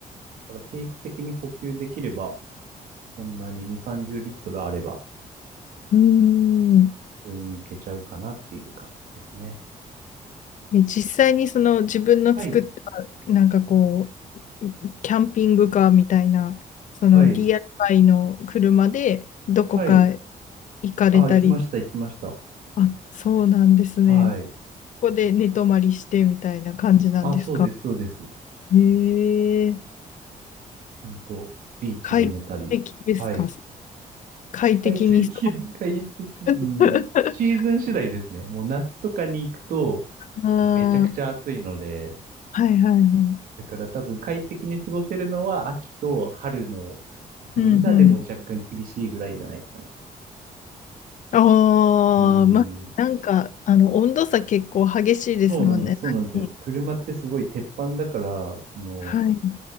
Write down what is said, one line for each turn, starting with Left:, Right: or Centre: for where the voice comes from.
Right: から定期的に補給できれば、そんなに2、30リットルあれば、
Left: うーん
Right: 普通にいけちゃうかなっていう感じですね。
Left: え、実際にその自分の作った、
Right: はい、
Left: なんかこう、キャンピングカーみたいな、その
Right: はい、
Left: DIY の車でどこか
Right: はい。
Left: 行かれたり、
Right: あ、行きました、行きました。
Left: あ、そうなんですね。
Right: はい。
Left: ここで寝泊まりしてみたいな感じなんですか。
Right: あ、そうです、そうです。
Left: へえ、
Right: 本当ビーチで寝たり。
Left: 快適ですか。
Right: はい。
Left: 快適にそう。
Right: 快適、快適、うん。
Left: <laughs>
Right: シーズン次第ですね。もう夏とかに行くと、
Left: ああ、
Right: もうめちゃくちゃ暑いので、
Left: はいはいはい。
Right: だから多分快適に過ごせるのは秋と春の、多分今でも若干厳しいぐらいじゃないですかね。
Left: うんうん。ああ、
Right: うん。
Left: まあ、なんか、あの、温度差結構激しいですもんね、
Right: そうなんです、そうなんですよ。
Left: 最近。
Right: 車ってすごい鉄板だから、その、
Left: はい。